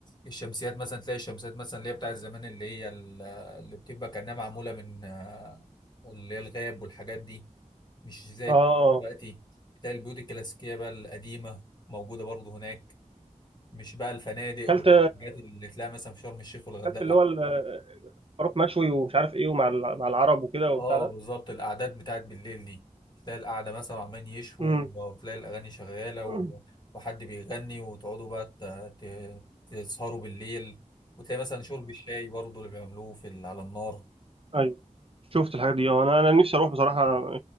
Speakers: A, on the left; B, on the right.
A: الشمسيات مثلا تلاقي الشمسيات مثلا اللي هي بتاعت زمان اللي هي ال- اللي بتبقى كأنها معمولة من آه، اللي هي الغاب والحاجات دي مش زي
B: اه اه
A: دلوقتي تلاقي البيوت الكلاسيكية بقى القديمة موجودة برضه هناك مش بقى الفنادق
B: كلت
A: والحاجات اللي تلاقيها مثلا في شرم الشيخ والغردقه
B: كلت اللي
A: لا
B: هو ال- الخروف مشوي ومش عارف ايه ومع ال- مع العرب وكده وبتاع
A: اه
B: ده
A: بالظبط القعدات بتاعت بالليل دي تلاقي القعده مثلا عمال يشووا
B: امم
A: وتلاقي الاغاني شغاله
B: <clears throat>
A: و... وحد بيغني وتقعدوا بقى ت... ت... تسهروا بالليل وتلاقي مثلا شرب الشاي برضه اللي بيعملوه في ال... على النار
B: اه شفت الحاجات دي اه انا انا نفسي اروح بصراحه